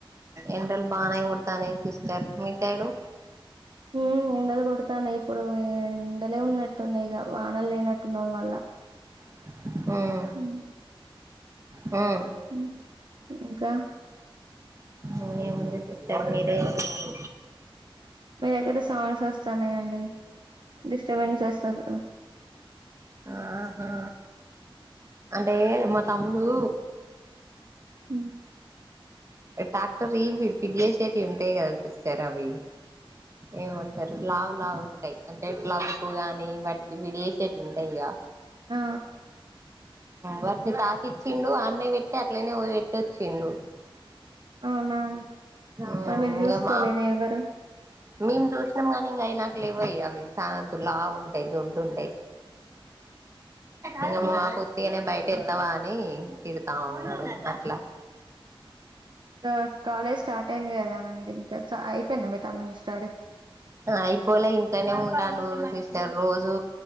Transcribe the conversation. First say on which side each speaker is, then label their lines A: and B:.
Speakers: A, on the right; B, on the right.
A: ఎండలు బానే కొడు తాన్నయ్ సిస్టర్ మీ సైడు
B: ఉమ్మ్ ఎండలు కొడతాన్నాయ్ ఇప్పుడు ఎండలే ఉన్నట్టున్నాయి ఇగ వానలు లేనట్టు ఉన్నయ్ మల్ల
A: ఉమ్మ్
B: ఉమ్మ్
A: ఉమ్మ్
B: ఉమ్మ్ ఇంకా
A: సో ఏముంది సిస్టర్ మీరేయెప్పలి
B: మీ దగ్గర సౌండ్స్ వస్తున్నాయండి డిస్టర్బెన్స్ వస్తది కదా
A: ఆహా అంటే మా తమ్ముడు
B: ఉహ్
A: ట్రాక్టర్యీ ఫీడ్ ఫిడ్యేషేటియి ఉంటాయి కదా సిస్టర్ అవి ఏమంటారు లావు లావు ఉంటాయి అంటే ప్లవూ గాని వాటికి ఫీడ్యేశెటియి ఉంటాయిగా
B: ఆ
A: వాటిని తాకిచ్చిండు అడ్నే పెట్టి అట్లనే పెట్టోచ్చిండు
B: అవునా అండి
A: మ్మ్
B: మరి మీరు
A: ఇంగ
B: చూసుకోలేదా
A: మా
B: ఎవరు
A: మేము చూసినాం గానీ ఇంగ అయి నాకు లెవ్వయ్యి అవి చాలా లావుంటాయి దొడ్డు ఉంటాయి ఇంగ మా పుత్తిగానే బయట ఎత్తావా అని తిడతా ఉన్నాడు అట్లా
B: కా కాలేజ్ స్టార్ట్ అయింది కదా అండి ఇంకా అయిపోయింది మీ తమ్ముని స్టడీ
A: అయిపోలే ఇంట్లనే ఉంటండు సిస్టర్ రోజూ